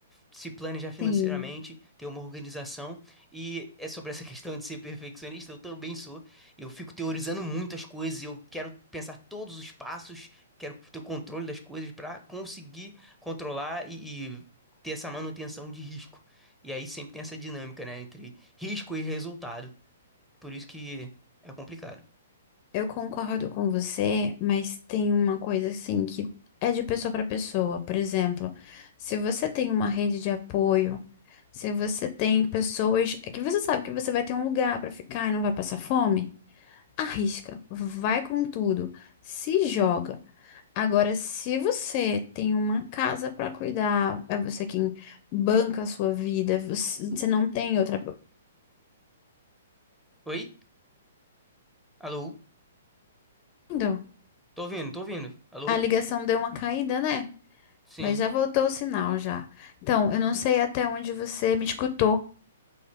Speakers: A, in the centre; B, on the left.
A: se planejar financeiramente,
B: Sim.
A: ter uma organização. E é sobre essa <laughs> questão de ser perfeccionista, eu também sou. Eu fico teorizando muitas coisas, eu quero pensar todos os passos, quero ter o controle das coisas para conseguir controlar e, e ter essa manutenção de risco. E aí sempre tem essa dinâmica, né, entre risco e resultado. Por isso que é complicado.
B: Eu concordo com você, mas tem uma coisa assim que é de pessoa para pessoa. Por exemplo, se você tem uma rede de apoio, se você tem pessoas é que você sabe que você vai ter um lugar para ficar e não vai passar fome, arrisca, vai com tudo, se joga. Agora, se você tem uma casa para cuidar, é você quem banca a sua vida, você você não tem outra.
A: Oi? Alô?
B: Entendeu?
A: Tô ouvindo, tô ouvindo. Alô?
B: A ligação deu uma caída, né?
A: Sim.
B: Mas já voltou o sinal já. Então, eu não sei até onde você me escutou.